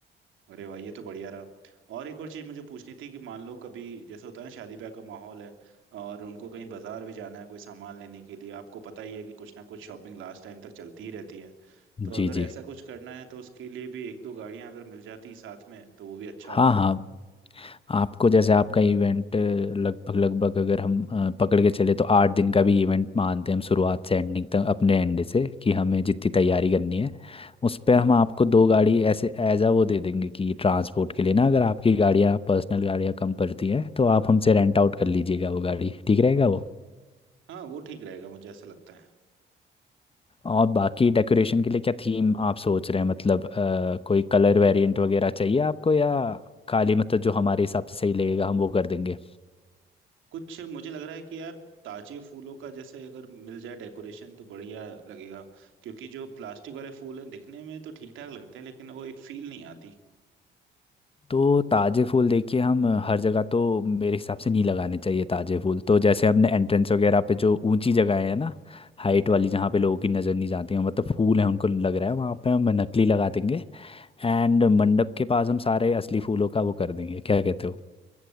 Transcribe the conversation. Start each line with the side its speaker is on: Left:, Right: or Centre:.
Right: अरे भाई ये तो बढ़िया रहा और एक और चीज़ मुझे पूछनी थी कि मान लो कभी जैसे होता है ना शादी ब्याह का माहौल है और उनको कहीं बाजार भी जाना है कोई सामान लेने के लिए आपको पता ही है कि कुछ ना कुछ शॉपिंग लास्ट टाइम तक चलती ही रहती है
Left: जी
Right: तो अगर
Left: जी
Right: ऐसा कुछ करना है तो उसके लिए भी एक दो गाड़ियां अगर मिल जाती साथ में तो वो भी अच्छा
Left: हाँ
Right: होता
Left: हाँ आपको जैसे आपका इवेंट लगभग लगभग अगर हम अ, पकड़ के चले तो आठ दिन का भी इवेंट मानते हैं हम शुरुआत से एंडिंग तक अपने एंड से कि हमें जितनी तैयारी करनी है उस पर हम आपको दो गाड़ी ऐसे एज आ वो दे देंगे कि ट्रांसपोर्ट के लिए ना अगर आपकी गाड़ियाँ पर्सनल गाड़ियाँ कम पड़ती हैं तो आप हमसे रेंट आउट कर लीजिएगा वो गाड़ी ठीक रहेगा वो
Right: हाँ वो ठीक रहेगा मुझे ऐसा लगता है
Left: और बाकी डेकोरेशन के लिए क्या थीम आप सोच रहे हैं मतलब अ, कोई कलर वेरिएंट वगैरह चाहिए आपको या खाली मतलब जो हमारे हिसाब से सही लगेगा हम वो कर देंगे
Right: कुछ मुझे लग रहा है कि यार ताजे फूलों का जैसे अगर मिल जाए डेकोरेशन तो बढ़िया लगेगा क्योंकि जो प्लास्टिक वाले फूल हैं दिखने में तो ठीक ठाक लगते हैं लेकिन वो एक फील नहीं आती
Left: तो ताज़े फूल देखिए हम हर जगह तो मेरे हिसाब से नहीं लगाने चाहिए ताज़े फूल तो जैसे हमने एंट्रेंस वगैरह पे जो ऊंची जगह है ना हाइट वाली जहाँ पे लोगों की नज़र नहीं जाती है मतलब फूल है उनको लग रहा है वहाँ पे हम नकली लगा देंगे एंड मंडप के पास हम सारे असली फूलों का वो कर देंगे क्या कहते हो